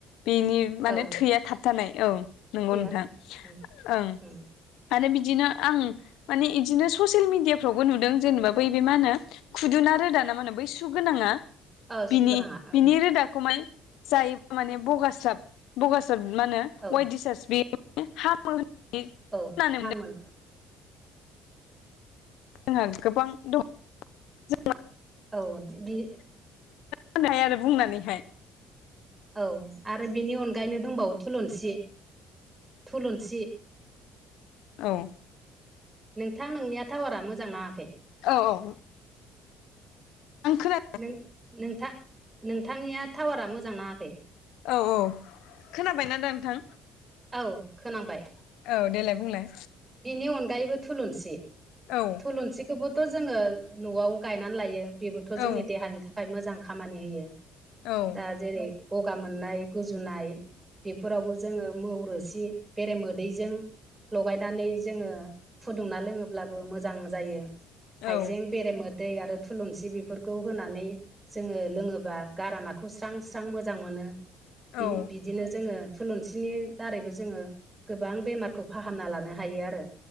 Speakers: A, on the left (about 70°); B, on the right (about 20°).
A: बेनि माने
B: औ
A: थैया थाब थानाय औ नंगौ
B: थैया
A: नोंथां
B: उम
A: ओं
B: उम
A: आरो बिदिनो आं माने बिदिनो ससियेल मिडियाफ्रावबो नुदों जेनेबा बै बे मा होनो खुदुना रोदा ना मा होनो बै सु गोनाङा
B: औ सुगोनाङा
A: बिनि
B: औ
A: बिनि रोदा बेखौ माने जायोबा माने बगास्राब बगास्राब मा होनो
B: औ
A: आइट दिसार्च बे हामो होनो खोनानो
B: औ हामोन
A: मोनदों जोंहा गोबां दं जोङो
B: औ बे
A: होननो हायो आरो बुंनानैहाय
B: औ आरो बिनि अनगायैनो दंबावो थुलुंसि थुलुंसि
A: औ
B: नोंथां नोंनिया टावारा मोजां नाङाखै
A: औ औ नों खोना
B: नो-नोंथां नोंथांनिया टावारा मोजां नाङाखै
A: औ औ खोनाबायना दा नोंथां
B: औ खोनाबाय
A: औ देलाय बुंलाय
B: बिनि अनगायैबो थुलुंसि
A: औ
B: थुलुंसिखौबोथ' जोङो न'आव गायनानै लायो बेबोथ'
A: औ
B: जोंनि देहानि थाखाय थाखाय मोजां खामानि होयो
A: ओं
B: दा जेरै गगा मोननाय गुजुनाय बेफोरावबो जोङो मौ रोसि बेरे मोदैजों लगायनानै जोङो फुदुंना लोङोब्लाबो मोजां जायो हाइजें
A: औ
B: बेरेमोदै आरो थुलुंसि बेफोरखौ होनानै जोङो लोङोबा गारामाखौ स्रां स्रां मोजां मोनो
A: औ
B: बिदिनो जोङो थुलुंसिनि दारैबो जोङो गोबां बेमारखौ फाहामना लानो हायो आरो